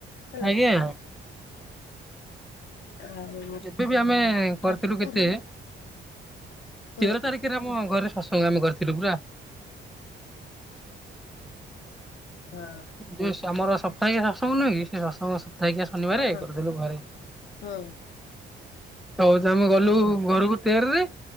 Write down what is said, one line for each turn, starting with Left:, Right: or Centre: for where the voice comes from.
Left: ହେଲା।
Centre: ଆଜ୍ଞା
Left: ଆଉ
Centre: ଏବେ ବି ଆମେ
Left: ଠାକୁରଙ୍କୁ
Centre: କରିଥିଲୁ କେତେ
Left: ଧରି ହଁ
Centre: ତେର ତାରିଖରେ ଆମ ଘରେ ଶତସଙ୍ଗ ଆମେ କରିଥିଲୁ ପରା।
Left: ହଁ।
Centre: ଯଉଁ ଆମର ସପ୍ତାହିକ ଶସଙ୍ଗ ନୁହେ କି ସେ ଶସଙ୍ଗ। <unintelligible> ଶନିବାର
Left: ହଁ ହଁ
Centre: କରିଦେଲୁ ଘରେ
Left: ହଁ
Centre: ତ ହଉଛି ଆମେ ଗଲୁ ଘରକୁ ତେରରେ